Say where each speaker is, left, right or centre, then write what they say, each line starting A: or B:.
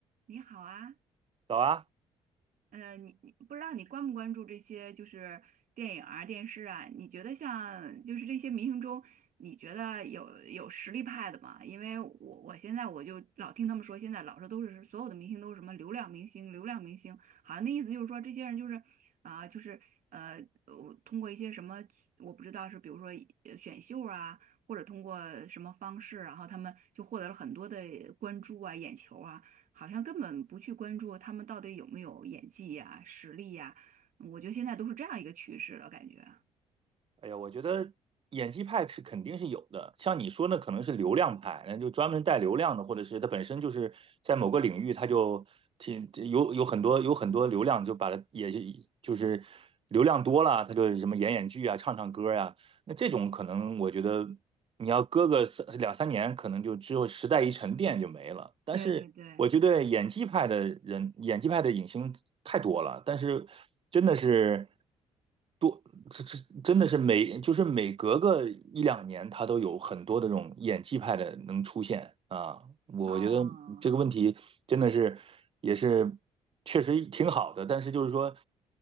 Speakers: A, on the right; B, on the right.
A: 你好啊，
B: 早啊，
A: 呃，你你不知道你关不关注这些就是电影啊、电视啊？你觉得像就是这些明星中，你觉得有有实力派的吗？因为我我现在我就老听他们说，现在老说都是所有的明星都是什么流量明星、流量明星，好像那意思就是说这些人就是啊、就是呃，我通过一些什么我不知道是比如说呃选秀啊，或者通过什么方式，然后他们就获得了很多的关注啊、眼球啊。好像根本不去关注他们到底有没有演技呀、实力呀。我觉得现在都是这样一个趋势了，感觉。
B: 哎呀，我觉得演技派是肯定是有的，像你说那可能是流量派，那就专门带流量的，或者是他本身就是在某个领域，他就挺有有很多有很多流量，就把它也是就是流量多了，他就什么演演剧啊，唱唱歌呀、那这种可能我觉得你要搁个三两三年，可能就只有时代一沉淀就没了。但是我觉得演技派的人，
A: 对对对，
B: 演技派的影星太多了，但是真的是多，这这真的是每就是每隔个一两年，他都有很多的这种演技派的能出现啊。我觉得这个问题真的是也是确实挺好的，
A: 啊。
B: 但是就是说。